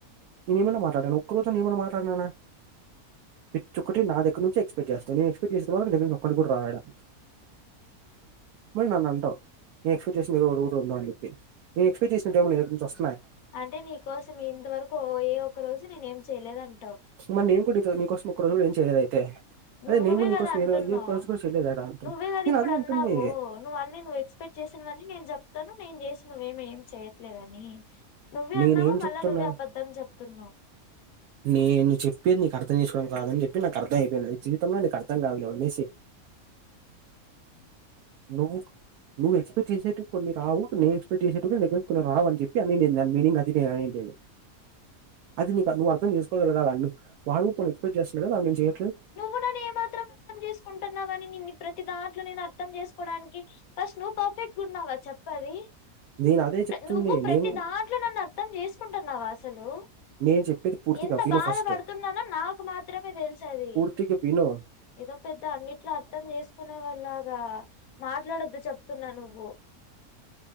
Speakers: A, on the right; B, on the left.
A: నేను ఏమన్నా మాట్లాడాను ఒక్క రోజు ఏమన్నా మాట్లాడినాన ప్రిచ్చ్ ఒక్కటి నా దగ్గర నుంచి ఎక్స్పెక్ట్ చేస్తా తని ఎక్స్పెక్ట్ చేసుటోర్ తెలీద్ ఒక్కటి కూడా రాద్ ఈడా మరి నన్న్ అంటావు నే ఎస్పెక్ట్ చేసిన ఏదో ఒక <inaudible> ఉండవు అని చెిప్పి నే ఎక్స్పెక్ట్ చేసిన ఎమైనా నీదగ్గర నుంచి వస్
B: అంటే నీకోసం ఇంతవరకు ఒ ఏ ఒక్క రోజు నేనే ఏం చేయలేదు అంటావు
A: సుమన్ నేన్ కూడ నీతో నీకోసం ఒక్క రోజులు ఏం చేయలేద అయితే
B: నువ్వు
A: అదే నేను
B: నువ్వే
A: కూడా నీకోసం
B: కదా అంటున్నావు్
A: ఏ రోజు ఒక్క రోజు కూడా చేయలేదాడా అంటుంది
B: నువ్వే కదా
A: నేను
B: ఇప్పుడు
A: అదే అంటుంది
B: అన్నావు నువ్వు అన్నీ నువ్వు ఎక్స్పెక్ట్ చేసి చేసినఅవఅన్ని నేను చెప్తాను నేను చేసినవి ఏమై ఏమే చేయట్లేద్ అని నువ్వే
A: నేనేం
B: అన్నావు మళ్ళా
A: చెప్తున్నా
B: నువ్వే అబద్ధం చెప్తు ఉన్నావు
A: నేను చెప్పేది నీకు అర్థం చేసుకోవడం రాదని చెప్పిండాను నాకు అర్థం అయిపోయింది లే జీవితంలో నీకు అర్థం కాదులే వదలేసయి నువ్వు నువ్వు ఎక్స్పెక్టె చేసేటు కొన్ని రావు నే ఎక్స్పక్ట్ చేసేటు కొన్ని రావు అన్ చెప్పి అని మీనింగ్ అది నేను అనేది అది నీకు నువ్వు అర్థం చేసుకోగలగాల అన్ని వాడు కొన్ని ఎక్స్పెక్ట్ చేస్తున్నాట్గా నేను చేయి
B: నువ్వు నన్ను ఏమ్ మాత్రం అర్థం చేసుకుంటున్నావు అని ని ప్రతి దాంట్లో నేను అర్థం చేసుకోవడానికి ఫస్ట్ నువ్వు పార్ ఫెక్ట్ ఉన్నావా చెప్పది
A: నేను అదే చెప్తుంది.
B: నువ్వు ప్రతి
A: నేను
B: దాంట్లో నన్ను అర్థ్ ర్ధమ్ చేసుకుంటు ఉన్నావా అసలు
A: నేను చెప్పేది పూర్తిగా
B: ఎంత
A: విను
B: బాధ
A: ఫస్ట్.
B: పడుతు ఉన్నానో నాకు మాత్రమే తెలుసు అది
A: తిగ వీనూ
B: ఏదో పెద్ద అన్నిట్లో అర్థం చేసుకున్నే వాళ్ లాగా మాట్లాడొద్దు చెప్తున్నా నువ్వు పో